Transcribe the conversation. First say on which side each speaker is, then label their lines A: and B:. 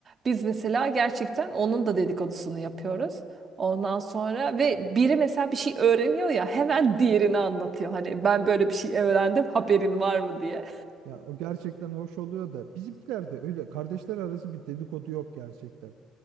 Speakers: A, on the right (about 40°); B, on the right (about 70°).
A: biz mesela gerçekten onun da dedikodusunu yapıyoruz. Ondan sonra ve biri mesela bir şey öğreniyor ya hemen diğerini anlatıyor. Hani ben böyle bir şey öğrendim haberin var mı diye.
B: Ya o gerçekten hoş oluyor da bizimkilerde öyle kardeşler arası bir dedikodu yok gerçekten.